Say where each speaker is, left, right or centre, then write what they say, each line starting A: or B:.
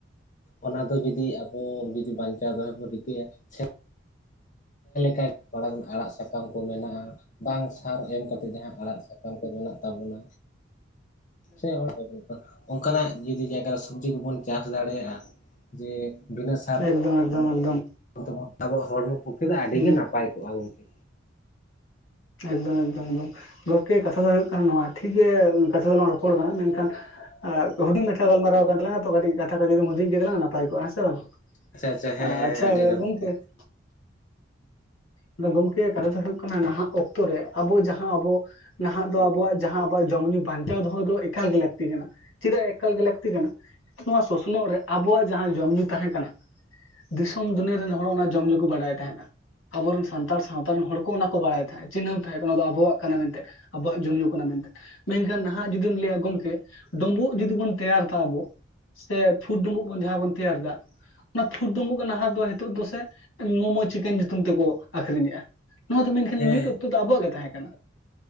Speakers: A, on the left; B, on the left.
A: ᱚᱱᱟ ᱫᱚ ᱡᱩᱫᱤ ᱟᱵᱚ ᱡᱩᱫᱤ ᱵᱟᱝᱪ- ᱪᱟ ᱫᱚᱵ ᱨᱤᱠ <unintelligible> <unintelligible> ᱟᱲᱟᱜ ᱥᱟᱠᱟᱢ ᱠᱚ ᱢᱮᱱᱟᱜᱼᱟ ᱵᱟᱝ ᱥᱟᱨ ᱮᱢ ᱠᱟᱛᱮ ᱡᱟᱦᱟᱸ ᱟᱲᱟᱜ ᱥᱟᱠᱟᱢ ᱠᱚ ᱢᱮᱱᱟᱜ ᱛᱟᱵᱚᱱᱟ ᱥᱮ <unintelligible> ᱚᱱᱠᱟᱱᱟᱜ ᱡᱩᱫᱤ ᱡᱟᱭᱜᱟᱟᱨ ᱨᱮ ᱥᱚᱵᱡᱤ ᱠᱚᱵᱚᱱ ᱪᱟᱥ ᱫᱟᱲᱮᱭᱟᱜᱼᱟ ᱡᱮ ᱵᱤᱱᱟᱹ ᱥᱟᱨ
B: ᱮᱠᱫᱚᱢ
A: ᱠᱷᱚ-
B: ᱮᱠᱫᱚᱢ ᱮᱠᱫᱚᱢ ᱮᱠᱫᱚᱢ
A: ᱟᱵᱚᱣᱟᱜ ᱦᱚᱲᱢᱚ ᱯᱚᱠᱷᱮ ᱫᱚ ᱟᱹᱰᱤᱜ
B: ᱦᱩᱸ
A: ᱜᱮ ᱱᱟᱯᱟᱭ ᱠᱚᱜᱼᱟ ᱜᱚᱢᱠᱮ
B: ᱮᱠᱫᱚᱢ ᱮᱠᱫᱚᱢ ᱮᱠᱫᱚᱢ ᱜᱚᱢᱠᱮ ᱠᱟᱛᱷᱟ ᱫᱚ ᱦᱩᱭᱩᱜ ᱠᱟᱱᱟ ᱱᱚᱣᱟ ᱴᱷᱤᱠᱜᱮ ᱠᱟᱛᱷᱟ ᱫᱚᱞᱟᱝ ᱨᱚᱯᱚᱲ ᱠᱟᱱᱟ ᱢᱮᱱᱠᱷᱟᱱ ᱦᱩᱰᱤᱧ ᱢᱟᱪᱷᱣ ᱜᱟᱞᱢᱟᱨᱟᱣ ᱠᱟᱱ ᱛᱟᱝ ᱛᱚ ᱠᱟᱹᱴᱤᱡ ᱠᱟᱛᱷᱟ ᱠᱚ ᱡᱩᱫᱤ ᱦᱩᱫᱤᱧ ᱠᱮᱛᱟᱞᱟᱝᱼᱟ ᱱᱟᱯᱟᱭ ᱠᱚᱜᱼᱟ ᱦᱮᱸ ᱥᱮᱮ ᱵᱟᱝ
A: ᱟᱪᱪᱷᱟ ᱟᱪᱪᱷᱟ ᱦᱮᱸ
B: <unintelligible>
A: ᱦᱮᱸ
B: ᱟᱪᱪᱷᱟ
A: ᱟᱹᱰᱤ
B: <unintelligible>
A: ᱱᱟᱯᱟᱭ
B: ᱟᱫᱚ ᱜᱚᱢᱠᱮ ᱠᱟᱛᱷᱟ ᱫᱚ ᱦᱳᱭᱳᱜ ᱠᱟᱱᱟ ᱱᱟᱦᱟᱜ ᱚᱠᱛᱚᱮ ᱨᱮ ᱡᱟᱸᱦᱟ ᱟᱵᱚ ᱡᱟᱦᱟᱸ ᱟᱵᱚ ᱱᱟᱦᱟᱜ ᱫᱚ ᱟᱵᱚᱣᱟᱜ ᱡᱟᱦᱟᱸ ᱟᱵᱚᱣᱟᱜ ᱡᱚᱢ ᱧᱩ ᱵᱟᱧᱪᱟᱣ ᱫᱚᱦᱚ ᱫᱚ ᱮᱠᱟᱞ ᱜᱮᱴᱮ ᱞᱟᱹᱠᱛᱤ ᱠᱟᱱᱟ ᱪᱮᱫᱟᱜ ᱮᱠᱟᱞ ᱜᱮ ᱞᱟᱹᱠᱛᱤ ᱠᱟᱱᱟ ᱱᱚᱣᱟ ᱥᱚᱥᱱᱚᱜ ᱨᱮ ᱟᱵᱚᱣᱟᱜ ᱡᱟᱦᱟᱸ ᱡᱚᱢ ᱧᱩ ᱛᱟᱦᱮᱸ ᱠᱟᱱᱟ ᱫᱤᱥᱚᱢ ᱫᱩᱱᱤᱭᱟᱹ ᱨᱮᱱ ᱦᱚᱲ ᱚᱱᱟ ᱡᱚᱢ ᱧᱩᱩ ᱠᱚ ᱵᱟᱰᱟᱭ ᱛᱟᱦᱮᱱᱟ-ᱟ ᱟᱵᱚᱨᱮᱱ ᱥᱟᱱᱛᱟᱲ ᱥᱟᱶᱛᱟ ᱨᱮᱱ ᱦᱚᱲ ᱠᱚ ᱚᱱᱟ ᱠᱚ ᱵᱟᱲᱟᱭ ᱛᱟᱦᱮᱸᱫ ᱪᱤᱱᱦᱟᱹᱣ ᱛᱟᱦᱮᱸᱫ ᱚᱱᱟ ᱫᱚ ᱟᱵᱚᱣᱟᱜ ᱠᱟᱱᱟ ᱢᱮᱱᱛᱮ ᱟᱵᱚᱣᱟᱜ ᱡᱚᱢᱼ ᱧᱩ ᱠᱟᱱᱟ ᱢᱮᱱᱛᱮᱫ ᱢᱮᱱᱠᱷᱟᱱ ᱱᱟᱦᱟᱜ ᱡᱩᱫᱤᱢ ᱞᱟᱹᱭᱟ ᱜᱚᱢᱠᱮ ᱰᱩᱸᱵᱩᱜ ᱡᱩᱫᱤ ᱵᱚᱱ ᱛᱮᱭᱟᱨ ᱛᱟ ᱟᱵᱚ ᱥᱮ ᱯᱷᱩᱴ ᱰᱩᱸᱵᱩᱜ ᱵᱚᱱ ᱡᱟᱦᱟᱸ ᱵᱚᱱ ᱛᱮᱭᱟᱨ ᱫᱟ ᱚᱱᱟ ᱯᱷᱩᱰ ᱜᱮ ᱱᱟᱦᱟᱜ ᱫᱚ ᱱᱤᱛᱚᱜ ᱫᱚᱥ ᱢᱳᱢᱳ ᱪᱤᱠᱮᱱ <unintelligible> ᱧᱩᱛᱩᱢ ᱛᱮᱠᱚ ᱟᱠᱷᱨᱤᱧᱮ-ᱟ ᱱᱚᱣᱟ ᱫᱚ ᱢᱮᱱᱠᱷᱟᱱ
A: ᱦᱮᱸ
B: ᱢᱤᱫ ᱚᱠᱛᱚ ᱫᱚ ᱟᱵᱚᱣᱟᱜ ᱜᱮ ᱛᱟᱦᱮᱸ ᱠᱟᱱᱟ